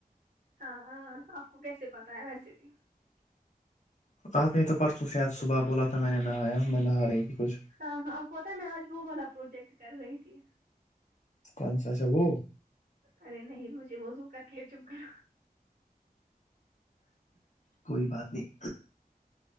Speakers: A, on the right; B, on the left.
A: ہاں ہاں آپ کو کیسے پتا ہے ویسے بھی
B: آ نہیں تو پرسوں شاید صبح بولا تھا میں نے نہایا میں نہ ہ رہی تھی کچھ
A: ہاں ہاں ا پتا ہے میں آجبو والا پروجیکٹ کر رہی تھی
B: کون سا سا وہ
A: ارے نہیں مجھے وہزو کر کے چپ کرو
B: کوئی بات نہیں